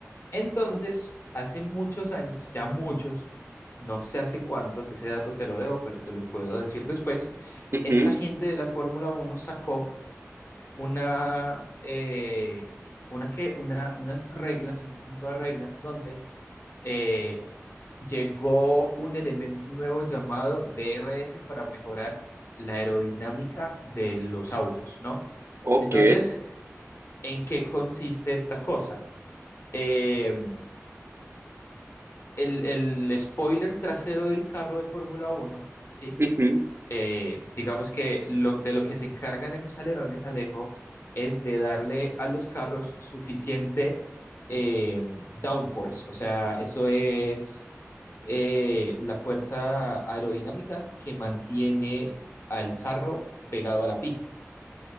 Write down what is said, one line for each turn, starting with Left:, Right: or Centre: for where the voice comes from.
Left: Entonces, hace muchos años, ya muchos, no sé hace cuántos, ese dato te lo debo, pero te lo puedo decir después,
Right: ujú,
Left: esta gente de la Fórmula uno sacó una, eh, una que, una, unas reglas, un conjunto de reglas donde eh, llegó un elemento nuevo llamado DRS para mejorar la aerodinámica de los autos, ¿no?
Right: ok,
Left: Entonces, ¿en qué consiste esta cosa? Eh, el, el spoiler trasero del carro de Fórmula uno ¿sí?
Right: ujú,
Left: Eh, digamos que lo, de lo que se encargan esos alerones, Alejo, es de darle a los carros suficiente eh, downforce, o sea, eso es eh, la fuerza aerodinámica que mantiene al carro pegado a la pista.